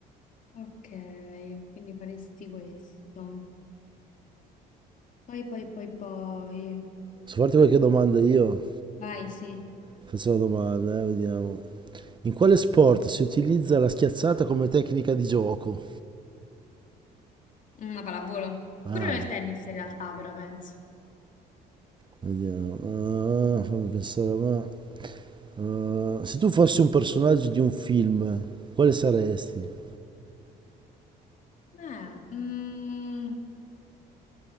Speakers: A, on the left; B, on the right.
A: Ok, quindi faresti questo. Poi, poi, poi, poi.
B: Posso farti qualche domanda io?
A: Vai, sì.
B: Faccio una domanda, eh, vediamo. In quale sport si utilizza la schiazzata come tecnica di gioco?
A: Una pallavolo.
B: Ah,
A: Pure nel tennis in realtà, però penso.
B: vediamo. Ah, fammi pensare, ma... ah, se tu fossi un personaggio di un film, quale saresti?
A: Eh, mm.